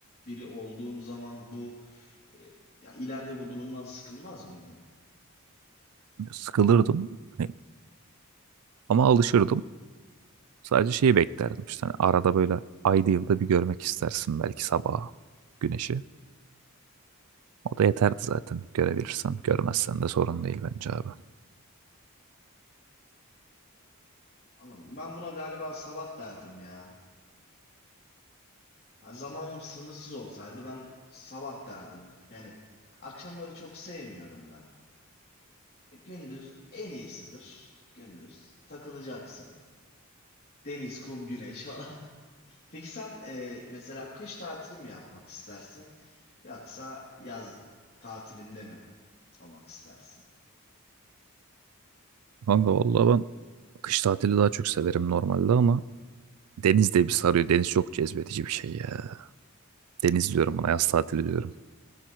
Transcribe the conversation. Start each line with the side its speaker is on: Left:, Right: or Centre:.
Left: biri olduğun zaman bu e, ya ileride bu durumdan sıkılmaz mıydın?
Right: Sıkılırdım. Hani, ama alışırdım. Sadece şeyi beklerdim. İşte hani arada böyle ayda yılda bir görmek istersin belki sabah güneşi. O da yeterdi zaten görebilirsen. Görmezsen de sorun değil bence abi.
Left: Anladım. Ben buna galiba sabah derdim ya. Yani zamanım sınırsız olsaydı ben sabah derdim. Yani akşamları çok sevmiyorum ben. E, Gündüz en iyisidir. Gündüz takılacaksın. Deniz, kum, güneş falan. <laughs> Peki sen e, mesela kış tatili mi yapmak istersin? Yoksa yaz tatilinde mi olmak istersin?
Right: Kanka vallahi ben kış tatili daha çok severim normalde ama deniz de bir sarıyor. Deniz çok cezbedici bir şey ya. Deniz diyorum buna yaz tatili diyorum.